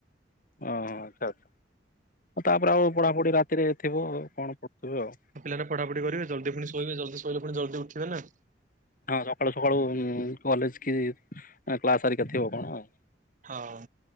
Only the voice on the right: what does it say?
ଆ ପିଲା ରା ପଢାପଢି କରିବେ ଜଲଦି ପୁଣୀ ଶୋଇବେ ଜଲ୍ଦୀ ଶୋଇଲେ ପୁଣି ଜଲ୍ଦୀ ଉଠିବେ ନା।
ହଁ।